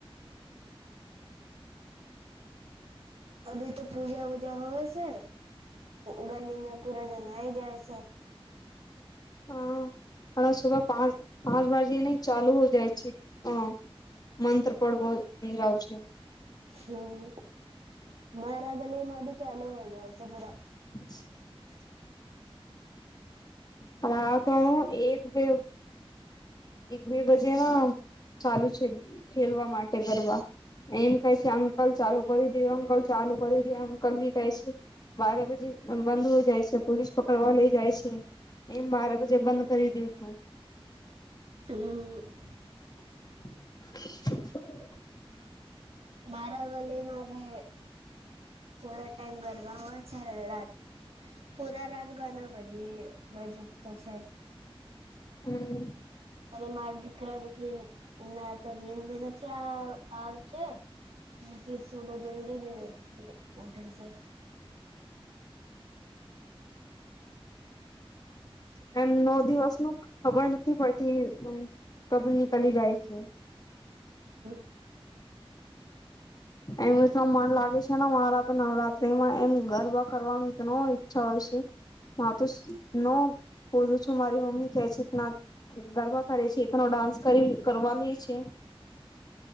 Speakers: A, on the right; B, on the left.
A: અભી તો પૂજા ઉજા હોય છે ગલીમાં પૂરા જનાઈ જાય છે.
B: હ હણા સુભ પાંચ પાંચ વાે નને ચાલુ હો જાય છે હ મંત્ર પડવો જાવ છે.
A: હમ્મ. મારા ગલીમાં ભી ચાલુ હો જાય છે પૂરા.
B: <inaudible> <unintelligible> આતો એક બેઉ એક બે બજે ગા ચાલુ છે. ખેલવા માટે કરવા. એમ કેય છે અંકલ ચાલુ કરી દયો અંકલ ચાલુ કરી દયો અંકલ, બી કેય છે. બારહ બજે બ બંધ હો જાય છે. પોલીસ પકડવા લઈ જાય છે. એમ બારહ બજે બંધ કરી દયુ છું
A: હમ્મ.
B: <unintelligible>
A: મારા વલેમાં બે પુરા ટાઈમ ગરબા હોય. છે ને રાત પુરા રાત ગાના બજી રહ્યો બજેતો છે.
B: હમ્મ.
A: અને માર દીકરા દીકરી ના તો નીંદ ભી નથી આવ છે. <unintelligible> સુબહ જલ્દી ભી નથી ઊઠે છે. <unintelligible>
B: એમ નવ દિવસ ન ખબર નથી પડતી કબ નીકલી જાય છે.
A: <unintelligible>
B: એમ તો મન લાગે છે ને મારા તો નવરાત્રીમાં એમ ગર બો કરવાનું ન ઈચ્છા હોય છે. મા તો સ નો બોલું છું મારી મમ્મી કે છે ના ગરબા કરે છે, એ પણો ડાન્સ કરી કરવાની ઈ છે.